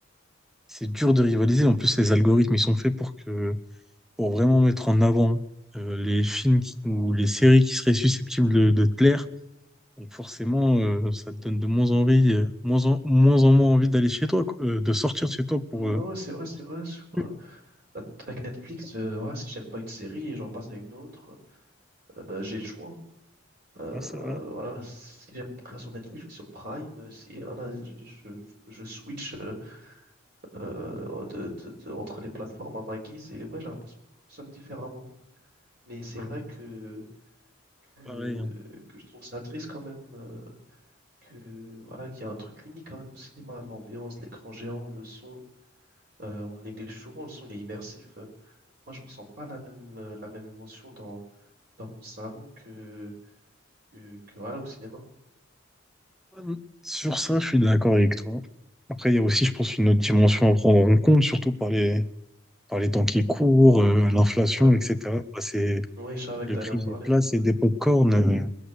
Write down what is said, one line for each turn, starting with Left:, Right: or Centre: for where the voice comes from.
Centre: c'est dur de rivaliser. En plus, les algorithmes, ils sont faits pour que, pour vraiment mettre en avant euh, les films qui- ou les séries qui seraient susceptibles de, de te plaire. Donc forcément, euh, ça te donne de moins envie, euh, moins en, moins en moins envie d'aller chez toi, quoi, euh, de sortir de chez toi pour...
Right: Non,
Centre: euh,
Right: ouais, c'est vrai, c'est
Centre: pour se
Right: vrai. Sur,
Centre: promener.
Right: euh, avec Netflix, euh, ouais, si j'aime pas une série et j'en passe à une autre, euh, j'ai le choix. Euh,
Centre: Ouais, c'est vrai,
Right: voilà, si j'aime pas sur Netflix, je vais sur Prime. Euh, Si voilà, je, je, je switch euh, euh, de, de- de- entre les plateformes à ma guise et ouais, j'ai l'impression que nous sommes différemment. Mais c'est vrai que, que,
Centre: pareil. hein.
Right: que je trouve ça triste quand même euh, que voilà, qu'il y a un truc unique quand même au cinéma, l'ambiance, l'écran géant, le son. Euh, on néglige souvent le son, il est immersif. Euh, Moi, je ressens pas la même, euh, la même émotion dans, dans mon salon que, que, que voilà, au cinéma.
Centre: Hum, Sur ça, je suis d'accord avec toi. Après, il y a aussi, je pense, une autre dimension à prendre en compte, surtout par les, par les temps qui courent, euh, l'inflation,
Right: Ouais.
Centre: etc. Bah, c'est
Right: Oui, je savais que
Centre: le
Right: t'allais
Centre: prix
Right: en parler,
Centre: des places
Right: oui, bah
Centre: et des
Right: oui.
Centre: pop-corn, euh,